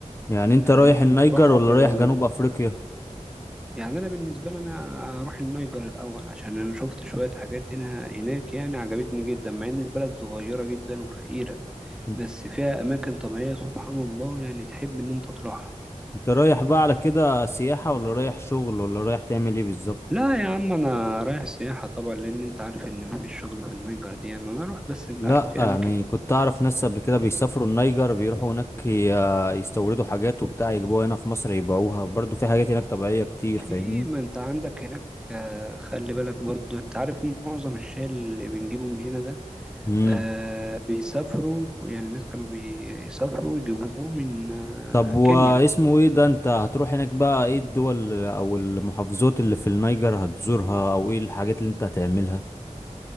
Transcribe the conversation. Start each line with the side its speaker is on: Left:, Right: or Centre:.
Left: يعني انت
Centre: آه،
Left: رايح
Centre: ممكن
Left: النيجر
Centre: تروحها
Left: ولا
Centre: تبقى
Left: رايح
Centre: م...
Left: جنوب افريقيا
Centre: يعني انا بالنسبه لي انا هروح النيجر الاول عشان انا شفت شويه حاجات هنا هناك يعني عجبتني جدا مع ان البلد صغيره جدا وفقيره
Left: ان-
Centre: بس فيها اماكن طبيعيه سبحان الله يعني تحب ان انت تروحها
Left: انت رايح بقى على كده سياحة ولا رايح شغل ولا رايح تعمل ايه بالظبط
Centre: لا يا عم انا رايح سياحه طبعا لان انت عارف ان مفيش شغل في النيجر دي يعني انا اروح بس انت
Left: لا
Centre: عارف في
Left: يعني
Centre: اماكن
Left: كنت اعرف ناس قبل كده بيسافروا النيجر بيروحوا هناك ي- يستوردوا حاجات وبتاع يجيبوها هنا في مصر يبيعوها برضو في حاجات هناك طبيعية كتير فاهمني
Centre: في ما انت عندك هناك آه، خلي بالك برضو انت عارف معظم الشاي اللي بنجيبه من هنا ده
Left: مم.
Centre: آه بيسافروا يعني الناس كانوا بيسافروا يجيبوه من آه
Left: طب واسمه
Centre: كينيا
Left: ايه ده انت هتروح هناك بقى ايه الدول او المحافظات اللي في النيجر هتزورها او ايه الحاجات اللي انت هتعملها